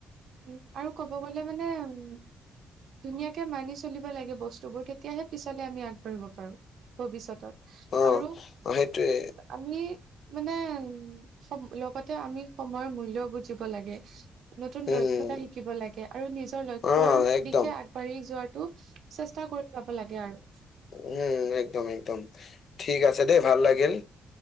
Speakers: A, on the right (about 65°); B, on the left (about 50°).
A: উম আৰু ক'ব গলে মানে উম ধুনীয়াকে মানি চলিব লাগে বস্তুবোৰ তেতিয়াহে পিছলে আমি আগবাঢ়িব পাৰোঁ। ভৱিষ্যতত
B: অ
A: আৰু
B: অ, সেইটোৱে
A: আমি মানে উম লগতে আমি সময়ৰ মূল্য বুজি লাগে নতুন
B: উম
A: দৈৰ্ঘ্যতা শিকি শিকিব লাগে আৰু নিজৰ লক্ষ্যৰ
B: অ একদম
A: দিশে আগবাঢ়ি যোৱাটো চেষ্টা কৰি যাব লাগে আৰু।
B: উম একদম একদম ঠিক দেই ভাল লাগিল।